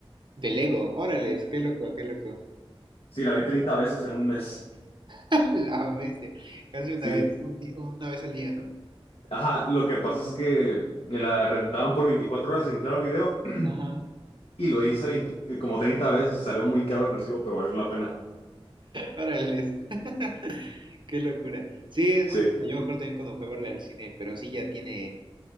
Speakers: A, on the right (about 50°); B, on the left (about 75°).
A: De Lego, órale, qué loco, qué loco.
B: Sí, la vi 30 veces en un mes.
A: <laughs> La bestia. Casi una
B: Sí.
A: vez, un di- una vez al día, ¿no?
B: Ajá, lo que pasa es que me la rentaban por 24 horas en Claro Video
A: Ajá.
B: <clears throat> y lo hice 20 como 30 veces y salió muy caro el recibo, pero valió la pena.
A: Órale. <laughs> Qué locura. Sí, es
B: Sí.
A: muy buena. Yo me acuerdo también cuando fue a verla al cine, pero sí ya tiene.